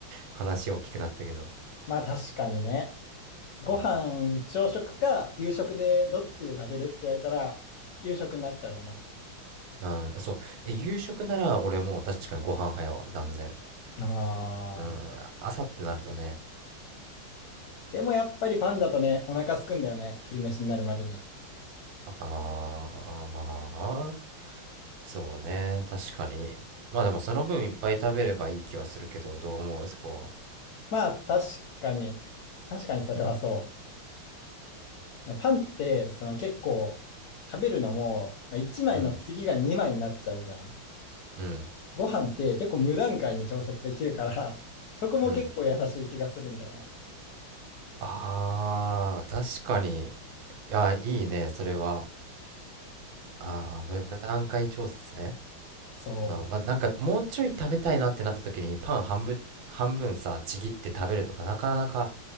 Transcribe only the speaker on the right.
話大きくなったけど。
うん
うん、そう。え、夕食なら俺もう確かにご飯早わ、断然。
うん、朝ってなるとね、
あー、まあ、そうね、確かに。まあでもその分いっぱい食べればいい気はするけど、どう思うそこは。
うん、うん、
うん。あー、確かに。いや、いいね、それは。あー、無段階調節ね。
あ、まあ、なんかもうちょい食べたいなってなった時にパン半分、半分さちぎって食べるとかなかなか